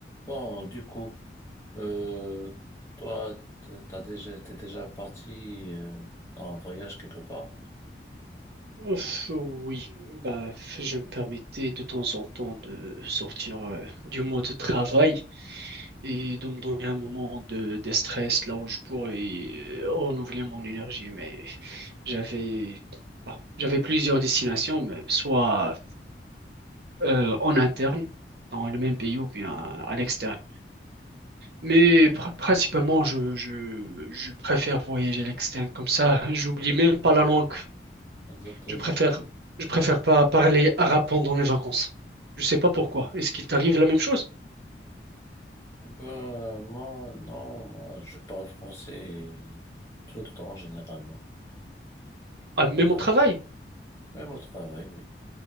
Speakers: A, on the left; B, on the right.
A: Bon, du coup, euh, toi, t'es- t'as déjà, t'es déjà parti euh, dans voyage quelque part?
B: Ouf, Oui, bah, f- je me permettais de temps en temps de sortir euh, du mode travail et de me donner un moment de, de stress là où je pourrais euh, renouveler mon énergie. Mais j'avais bah, j'avais plusieurs destinations, mais soit euh, en interne, dans le
A: Mhm.
B: même pays ou bien à l'externe. Mais pr- principalement, je, je, je préfère voyager à l'externe comme ça. J'oublie même pas la langue.
A: Exactement.
B: Je préfère, je préfère pas parler arabe pendant mes vacances. Je sais pas pourquoi. Est-ce qu'il t'arrive la même chose?
A: Ben, moi, non, moi, je parle français tout le temps, généralement.
B: Ah, même
A: Euh,
B: au travail?
A: même au travail, oui.